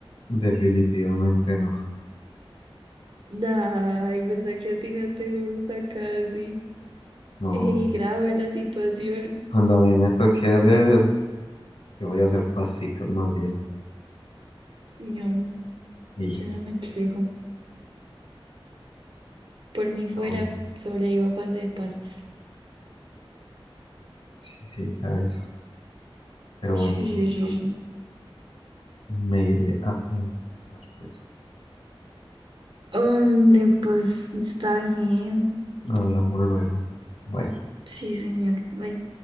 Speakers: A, on the left (about 80°); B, on the right (about 55°).
A: definitivamente no.
B: <laughs> Ay, ¿verdad que a ti no te gusta casi?
A: No,
B: Ey, grave la situación.
A: cuando a mí me toque hacer. Yo voy a hacer pasticas más bien.
B: No,
A: Y
B: yo no me quejo. Por mí fuera,
A: ah, bueno,
B: sobrevivo a base de pastas.
A: sí, sí, ya eso. Pero
B: Sí,
A: bueno,
B: sí, sí, No. sí.
A: me iré a almorzar, pues.
B: Hombre, pues está bien.
A: Hablamos luego. Bye.
B: Sí, señor. Ay,